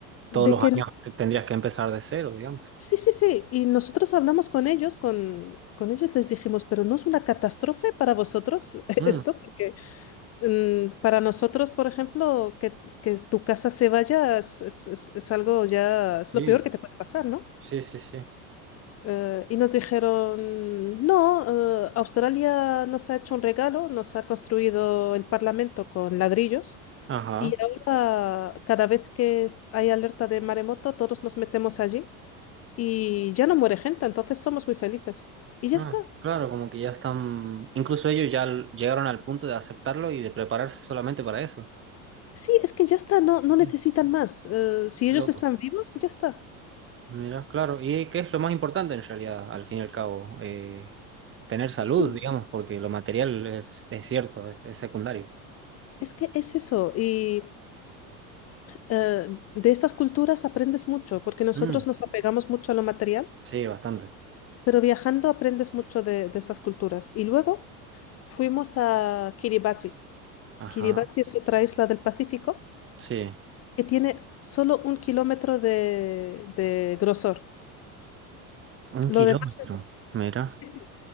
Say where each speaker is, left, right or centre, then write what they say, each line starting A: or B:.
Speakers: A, on the right (about 25°); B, on the left (about 35°).
A: Todos
B: De
A: los
B: que,
A: años te- tendrías que empezar de cero, digamos.
B: sí, sí, sí, y nosotros hablamos con ellos, con, con ellos les dijimos, pero no es una catástrofe para vosotros <laughs>
A: Mm,
B: esto, porque mm, para nosotros, por ejemplo, que, que tu casa se vaya es, es- es- es algo ya, es
A: sí,
B: lo peor que te puede pasar, ¿no?
A: sí, sí, sí.
B: Eh, y nos dijeron, no, eh, Australia nos ha hecho un regalo, nos ha construido el Parlamento con ladrillos
A: Ajá.
B: y ahora cada vez que es- hay alerta de maremoto, todos nos metemos allí y ya no muere gente, entonces somos muy felices. Y ya
A: Ah,
B: está.
A: claro, como que ya están, incluso ellos ya l- llegaron al punto de aceptarlo y de prepararse solamente para eso.
B: Sí, es que ya está, no, no
A: Mira,
B: necesitan más. Eh, si
A: Qué
B: ellos
A: loco.
B: están vivos, ya está.
A: Mira, claro. ¿Y qué es lo más importante en realidad, al fin y al cabo? Eh, tener salud,
B: Sí,
A: digamos, porque lo material es, es cierto, es, es secundario.
B: es que es eso. Y eh, de estas culturas aprendes mucho, porque nosotros
A: Mm,
B: nos apegamos mucho a lo material.
A: sí, bastante.
B: Pero viajando aprendes mucho de, de estas culturas. Y luego fuimos a Kiribati.
A: Ajá,
B: Kiribati es otra isla del Pacífico
A: sí.
B: que tiene solo un kilómetro de, de grosor.
A: Un
B: Lo
A: kilómetro,
B: demás es...
A: mira.
B: sí, sí.